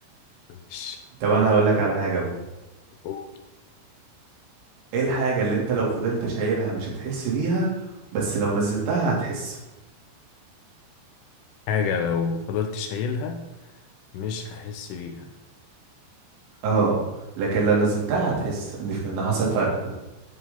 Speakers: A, on the left; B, on the right.
A: ماشي
B: طب انا هقول لك على حاجة بقى
A: قول.
B: ايه الحاجة اللي انت لو فضلت شايلها مش هتحس بيها بس لو نزلتها هتحس
A: حاجة لو فضلت شايلها مش هحس بيها
B: اه لكن لو نزلتها هتحس ان ان حصل فرق